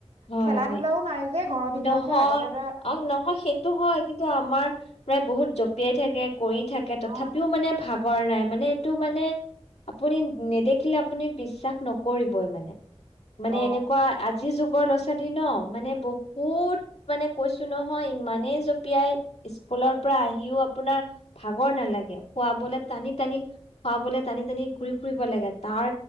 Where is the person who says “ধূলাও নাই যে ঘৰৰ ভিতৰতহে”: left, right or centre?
Right